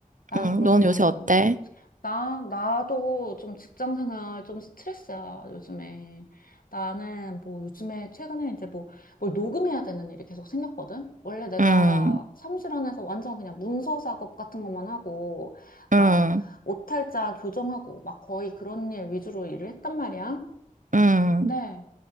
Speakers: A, on the left; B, on the right.
A: 나는
B: 응,
A: 그러진
B: 넌 요새
A: 않았는데.
B: 어때?
A: 나, 나도 좀 직장 생활 좀 스트레스야, 요즘에. 나는 뭐 요즘에 최근에 이제 뭐 뭘 녹음해야 되는 일이 계속 생겼거든? 원래 내가
B: 응,
A: 사무실 안에서 완전 그냥 문서 작업 같은 것만 하고, 막
B: 응,
A: 오탈자 교정하고, 막 거의 그런 일 위주로 일을 했단 말이야.
B: 응,
A: 근데